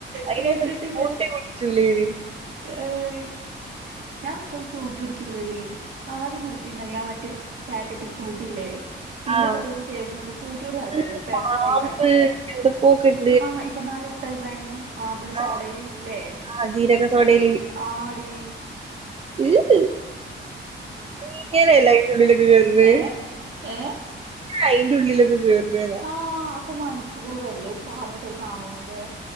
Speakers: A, on the right; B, on the right.
A: അയിനേശം
B: കേട്ടിട്ടില്ല
A: <unintelligible>
B: ഏയ് ഞാൻ പ്പഴും ഫ്രൂട്ടി കുടിക്കില്ലടി ആദ്യം കുടിക്കേണ്ടായീനി ആഹ് മറ്റേ പാക്കറ്റും ഫ്രൂട്ടി ല്ലേ പിന്നെ
A: ആഹ്
B: പോരോന്ന് കേക്ക്ണോണ്ട് ഫ്രൂട്ടിനോട് താല്പര്യല്ല
A: ഫുള്ള്
B: പെപ്‌സി
A: പാമ്പ്
B: സെവ
A: <unintelligible>
B: ആഹ് ഇപ്പൊനാര എടുത്തണ്ടായിനി പാമ്പ് സോടെൽ
A: ആഹ്
B: ല്ലേ
A: ആഹ് ജീരക സോടെൽ
B: ആടി
A: ഈഹ് എങ്ങനേലെ അയ്ന്റുള്ളിലൊക്കെ കേറണ
B: ഏ ഏ
A: അയ്ന്റെുള്ളിലൊക്കെ കേറ്ണത്
B: ആഹ് അപ്പൊ മനപ്പൂർവല്ലേ ഒരു സാധനൊക്കെ കാണുല്ലേ